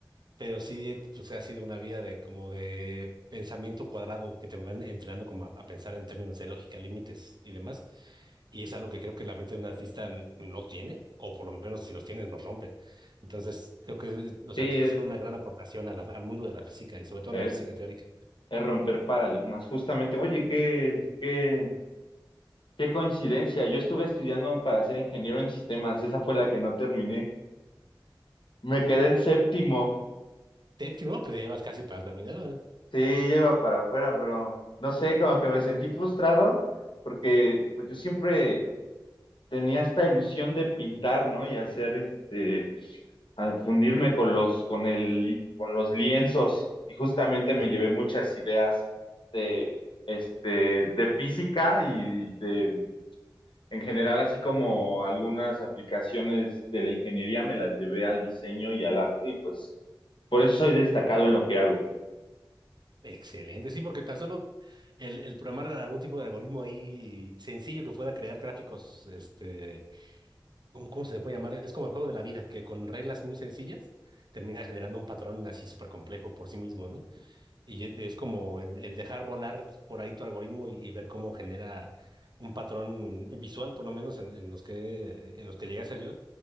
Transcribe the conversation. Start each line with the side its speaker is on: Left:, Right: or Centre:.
Right: Pero sí, eh, pues ha sido una vida de como de pensamiento cuadrado que te van entrenando como a, a pensar en términos de lógica, límites y demás. Y es algo que creo que la mente de un artista n- no tiene, o por lo menos si los tiene, los rompe. Entonces, creo que los
Left: Sí,
Right: artistas
Left: es,
Right: son una gran aportación a la- al mundo de la física y sobre todo
Left: es,
Right: a la física teórica.
Left: es romper paradigmas. Justamente, oye, qué, qué, qué coincidencia. Yo estuve estudiando para ser ingeniero en sistemas, esa fue la que no terminé. Me quedé en séptimo.
Right: Te primero, pues ya ibas casi para terminar. ¿verdad?
Left: Sí, ya iba para afuera, pero no sé, como que me sentí frustrado porque pues yo siempre tenía esta ilusión de pintar, ¿no? Y hacer este, a fundirme con los, con el, con los lienzos. Y justamente
Right: Ujú.
Left: me llevé muchas ideas de, este, de física y de, en general, así como algunas aplicaciones de la ingeniería, me las llevé al diseño y al arte y pues por eso soy destacado en lo que hago.
Right: Excelente, sí, porque tan solo el, el programar algún tipo de algoritmo ahí sencillo que pueda crear gráficos, este ¿Cómo, cómo se le puede llamar? Es como el juego de la vida, que con reglas muy sencillas termina generando un patrón así súper complejo por sí mismo, ¿no? Y e- es como el, el dejar volar por ahí tu algoritmo y, y ver cómo genera un patrón visual, por lo menos en, en los que, en los que llegué a ser yo,